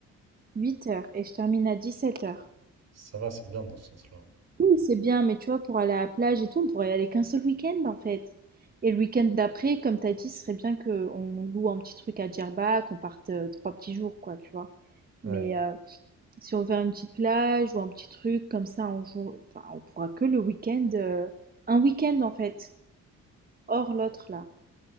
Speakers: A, on the right (about 30°); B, on the right (about 60°).
A: huit heures, et je termine à dix-sept heures.
B: Ça va, c'est bien dans ce sens-là.
A: Oui, c'est bien, mais tu vois, pour aller à la plage et tout, on pourrait y aller qu'un seul week-end en fait. Et le week-end d'après, comme t'as dit, ce serait bien qu'on loue un petit truc à Djerba, qu'on parte euh, trois petits jours, quoi, tu vois.
B: Ouais,
A: Mais euh, si on veut une petite plage ou un petit truc comme ça, on, jour... enfin, on pourra que le week-end, euh, un week-end en fait, hors l'autre là.